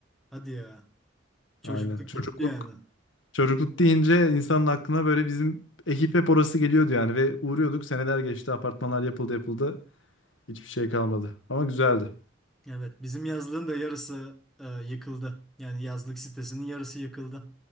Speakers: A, in the centre; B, on the left.
A: hadi ya. Çocukluk
B: Aynen. Çocukluk
A: gitti yani.
B: çocukluk deyince insanın aklına böyle bizim ekip hep orası geliyordu yani ve uğruyorduk. Seneler geçti, apartmanlar yapıldı yapıldı. Hiçbir şey kalmadı. Ama güzeldi.
A: Evet bizim yazlığın da yarısı e, yıkıldı. Yani yazlık sitesinin yarısı yıkıldı.